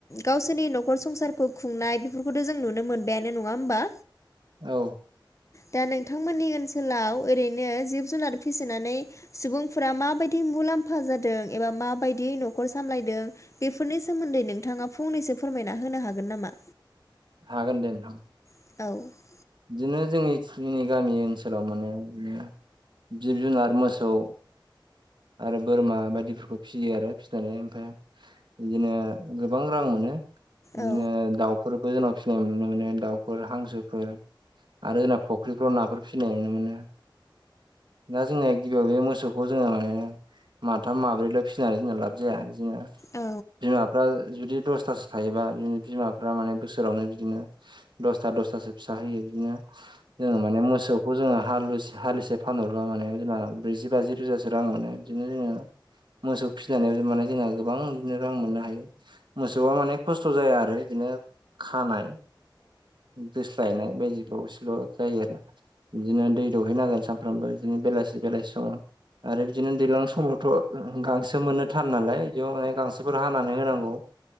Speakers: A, on the left (about 35°); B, on the right (about 65°).
A: गावसोरनि न'खर संसारखौ खुंनाय बेफोरखौथ' जों नुनो मोनबायानो नङा होमबा।
B: औ।
A: दा नोंथांमोननि ओनसोलाव ओरैनो जिब जुनार फिसिनानै सुबुंफोरा माबायदि मुलाम्फा जादों एबा माबायदि न'खर सामलायदों बेफोरनि सोमोन्दै नोंथाङा फंनैसो फोरमायना होनो हागोन नामा?
B: हागोन दे नोंथां।
A: औ।
B: बिदिनो जोंनि-जोंनि गामि ओनसोलाव माने बिदिनो जिब जुनार मोसौ आरो बोरमा बायदिखौबो फिसियो आरो फिसिनानै ओमफाय इदिनो गोबां रां मोनो। इदिनो
A: औ
B: दाउफोरबो जोंनाव फिसिनाय नुनो मोनो दाउफोर हांसोफोर आरो जोंना फुख्रिफ्राव नाफोर फिसिनाय नुनो मोनो। दा जोंनिया गिबियाव बे मोसौखौ जोङो माथाम माब्रैल' फिसि ना जोंना लाब जाया जोंना
A: औ
B: बिमाफ्रा जुदि दसथासो थायोबा बिनि बिमा फ्रा माने बोसोरावनो बिदिनो दसथा दसथासो फिसा होयो। इदिनो जोङो माने मोसौखौ जोङो हालुसे हालिसे फानहरबा माने जोंना ब्रैजि बाजि रोजासो रां मोनो। बिदिनो जोङो मोसौ फिसिनानैबो माने जोंना गोबां इदिनो रां मोननो हायो। मोसौआ माने खस्थ' जाया आरो बिदिनो खानाय दोस्लायनाय बायदि बावसोल' जायो आरो। बिदिनो दै दौहैनांगोन सानफ्रामबो बिदिनो बेलासि-बेलासि समाव। आरो बिदिनो दैलां समावथ' गांसो मोननो थान नालाय बेयाव माने गांसोफोर हानानै होनांगौ।